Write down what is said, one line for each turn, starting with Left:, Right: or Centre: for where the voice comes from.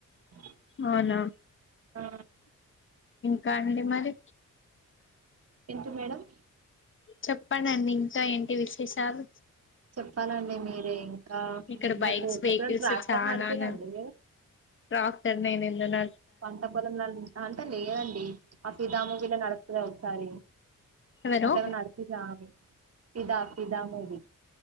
Right: <inaudible>
Left: అవునా
Right: ఆ
Left: కా అండి మరి
Right: ఎంటి మేడం
Left: చొప్పండి అండి ఇంకా ఏంటి విశేషాలు
Right: చొప్పాలండి మీరు ఇంకా
Left: ఇక్కడ బైక్స్
Right: మీకు
Left: వెహికల్స్
Right: ఎప్పుడన్న ట్రాక్టర్
Left: చాలానే
Right: నడిపిర్రా అండి
Left: ట్రాక్టర్ నేనెందుకు న
Right: పంట పొలం అంటే లేదండి ఆ ఫిదా మూవీల నడుస్తది ఒకసారి
Left: వరు
Right: అట్లా ఏమన్నా నడిపిర్రా అని ఫిదా ఫిదా మూవీ